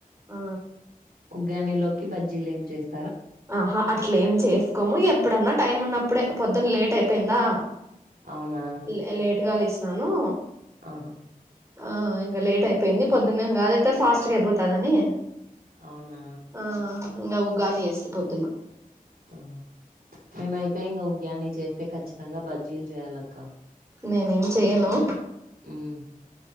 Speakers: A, on the right (about 20°); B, on the right (about 85°).
A: ఆ
B: ఉగ్గానీలోకి బజ్జీలు ఏం చేస్
A: ఆహా అట్లేం చేసుకోము ఎప్పుడన్న టైం ఉన్నప్పుడే పొద్దున్న లేట్ అయిపోయిందా
B: అవునా
A: లే లేట్గ లేసినాను
B: ఆహా
A: ఆ ఇంగ లేట్ అయిపోయింది పొద్దున్నంగ అదయితే ఫాస్ట్గ అయిపోతదని
B: అవునా
A: ఆ ఇంగ ఉగ్గానీ చేస్తి పొద్దున్న
B: ఆ మేమైతే ఇంగ ఉగ్యాన్ని చేస్తే ఖచ్చితంగా బజ్జీలు చేయాలక్క
A: నేనేం చేయను
B: ఉమ్